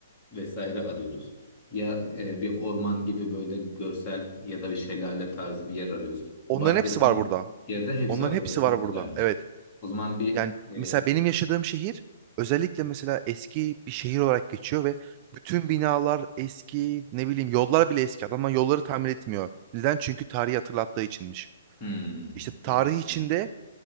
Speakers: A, on the left; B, on the right.
A: vesaire arıyoruz. Ya e, bir orman gibi böyle görsel ya da bir şelale tarzı bir yer arıyoruz.
B: Onların
A: Bu bahsettiğin
B: hepsi var burada.
A: yerde hepsi
B: Onların
A: var.
B: hepsi
A: O çok
B: var
A: güzelmiş.
B: burada. Evet.
A: O zaman bir
B: Yani
A: e,
B: mesela benim yaşadığım şehir özellikle mesela eski bir şehir olarak geçiyor ve bütün binalar eski, ne bileyim yollar bile eski. Adamlar yolları tamir etmiyor. Neden? Çünkü tarihi hatırlattığı içinmiş.
A: hmm,
B: İşte tarih
A: evet, ilginç.
B: içinde